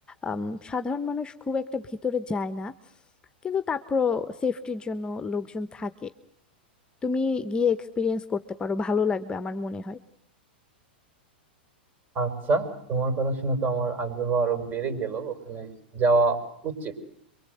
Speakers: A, on the left; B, on the right.
A: আম, সাধারণ মানুষ খুব একটা ভিতরে যায় না কিন্তু তারপরও সেফটির জন্য লোকজন থাকে তুমি গিয়ে এক্সপিরিয়েন্স করতে পারো ভালো লাগবে আমার মনে হয়
B: আচ্ছা তোমার কথা শুনে তো আমার আগ্রহ আরো বেড়ে গেল ওখানে যাওয়া উচিত